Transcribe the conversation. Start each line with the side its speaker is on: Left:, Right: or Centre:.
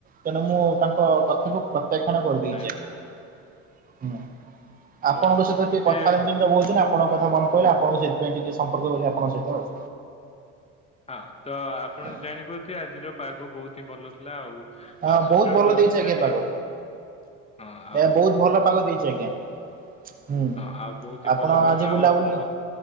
Right: ତେଣୁ ମୁଁ ତାଙ୍କ ତଥ୍ୟରୁ ପ୍ରତ୍ୟାଖ୍ୟାନ କରିଦେଇଛି
Left: ଆଜ୍ଞା
Right: ଆଜଞା ହୁଁ
Left: ହଉ
Right: ଆପଣଙ୍କ ସହିତ ଟିକେ
Left: ସେ
Right: କଥା ବହୁ ଦିନ ଆଣଙ୍କ କଥା ମନ ପହିଲା ଆପଣଙ୍କୁ ସେଥିାଇ ଟିକେ ସମ୍ପର୍କ କଲେ ଆପଙ୍କସହିତ ଆଉ।
Left: ହଁ ତ ଆପଣ
Right: ଆଜ୍ଞା
Left: ଜାଣିପାରୁଥିବେ ଆଜିର ପାଗ ବହୁତ ହିଁ ଭଲ ଥିଲା ଆଉ।
Right: ହଁ
Left: ଆଉ ସୁଶୀଳ
Right: ବହୁତ ଭଲ
Left: ପାଗ
Right: ଦେଇଛି
Left: ଥିଲା
Right: ଆଜ୍ଞା
Left: ଟିକେ
Right: ପାଗ
Left: ହଁ ଆଉ
Right: ଏ ବହୁତ ଭଲ ପାଗ ଦେଇଛି ଆଜ୍ଞା। ହୁଁ
Left: ହଁ ଆଉ ବହୁତ ହିଁ
Right: ଆପଣ
Left: ଭଲ ପାଗ
Right: ଆଜି ବୁଲାବୁଲି
Left: ଆଉ ବହୁତ